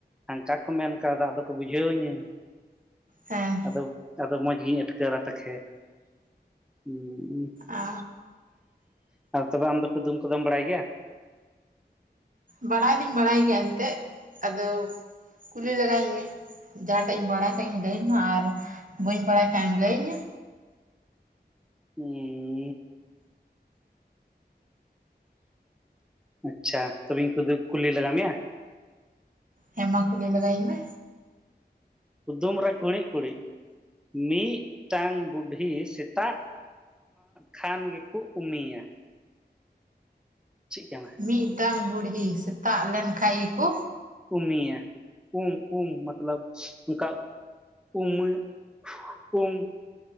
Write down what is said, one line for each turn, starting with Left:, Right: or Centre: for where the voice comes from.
Centre: ᱦᱟᱱᱠᱟ ᱠᱚ ᱢᱮᱱ ᱠᱟᱶᱫᱟ ᱟᱫᱚ ᱠᱚ ᱵᱩᱡᱷᱟᱹᱣ ᱤᱧᱟᱹ
Right: ᱦᱮᱸ
Centre: ᱟᱫᱚ ᱟᱫᱚ ᱢᱚᱡᱽ ᱜᱤᱧ ᱟᱴᱠᱟᱹᱨᱟ ᱛᱚᱠᱷᱮ <unintelligible>
Right: ᱚ
Centre: ᱛᱚᱵᱮ ᱟᱢ ᱫᱚ ᱠᱩᱫᱩᱢ ᱠᱚᱫᱚᱢ ᱵᱟᱲᱟᱭ ᱜᱮᱭᱟ?
Right: ᱵᱟᱲᱟᱭ ᱫᱩᱧ ᱵᱟᱲᱟᱭ ᱜᱮᱭᱟ ᱮᱱᱛᱮᱫ ᱟᱫᱚ ᱠᱩᱞᱤ ᱞᱟᱜᱟᱭᱤᱧ ᱢᱮ ᱡᱟᱦᱟᱸᱴᱟᱜ ᱤᱧ ᱵᱟᱲᱟᱭ ᱠᱷᱟᱡᱤᱧ ᱞᱟᱹᱭᱟᱢᱟ ᱟᱨ ᱵᱟᱹᱧ ᱵᱟᱲᱟᱭ ᱠᱷᱟᱡᱮᱢ ᱞᱟᱹᱭᱟᱹ ᱤᱧᱟ
Centre: ᱦᱮᱸ ᱟᱪᱪᱷᱟ ᱛᱚᱵᱤᱧ ᱠᱩᱫᱚᱜ ᱠᱩᱞᱤ ᱞᱟᱜᱟ ᱢᱮᱭᱟ᱾
Right: ᱦᱮᱸ ᱢᱟ ᱠᱩᱞᱤ ᱞᱟᱜᱟᱭᱤᱧ ᱢᱮ᱾
Centre: ᱠᱩᱫᱩᱢ ᱨᱮ ᱠᱩᱲᱤᱫ ᱠᱩᱲᱤᱫ ᱢᱤᱫᱴᱟᱝ ᱵᱩᱰᱷᱤ ᱥᱮᱛᱟᱜ ᱠᱷᱟᱱ ᱜᱮᱠᱚ ᱩᱢᱤᱭᱟ ᱪᱮᱫ ᱠᱟᱱᱟ
Right: ᱢᱤᱫᱴᱟᱝ ᱵᱩᱰᱦᱤ ᱥᱮᱛᱟᱜ ᱞᱮᱱ ᱠᱷᱟᱱ ᱜᱮᱠᱚ
Centre: ᱩᱢᱤᱭᱟ ᱩᱢ ᱩᱢ ᱢᱚᱛᱞᱚᱵᱽ ᱚᱱᱠᱟ ᱩᱢᱮ <unintelligible> ᱩᱢ